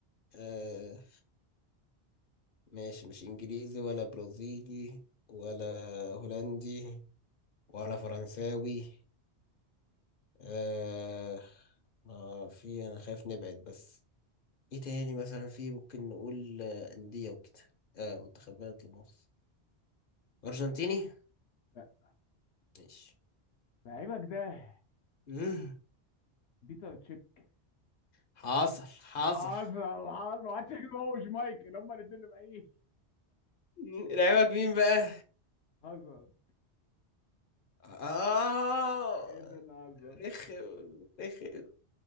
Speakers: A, on the left; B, on the left.
A: آه ماشي مش انجليزي ولا برازيلي ولا هولندي ولا فرنساوي آه آه في أنا خايف نبعد بس إيه تاني مثلا في ممكن نقول آه، أندية وكده آه منتخبات لمؤاخذة أرجنتيني
B: لا
A: ماشي
B: لعيبك ده
A: مم.
B: بيتر تشيك
A: حاصل حاصل
B: هازارد هازارد ما عادش يجيب هو وشمايكل هما الاثنين اللي بعيد
A: مم، لعيبك مين بقى؟
B: هازارد
A: آه
B: ايه ده انا هازارد
A: رخم رخم